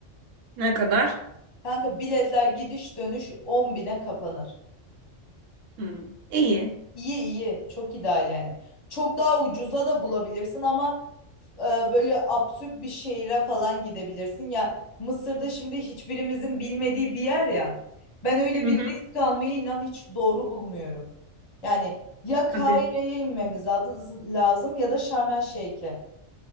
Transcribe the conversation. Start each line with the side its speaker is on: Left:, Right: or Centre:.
Right: Ne kadar?
Left: Kanka biletler gidiş dönüş 10 bine kapanır.
Right: Hı. İyi.
Left: İyi iyi çok ideal yani. Çok daha ucuza da bulabilirsin ama e, böyle absürt bir şehire falan gidebilirsin. Ya Mısır'da şimdi hiçbirimizin bilmediği bir yer ya. Ben öyle
Right: Hı
Left: bir
Right: hı.
Left: risk almayı inan hiç doğru bulmuyorum. Yani ya Kahire'ye
Right: Hadi.
Left: inmemiz lazım lazım ya da Şarm El Şeyh'e.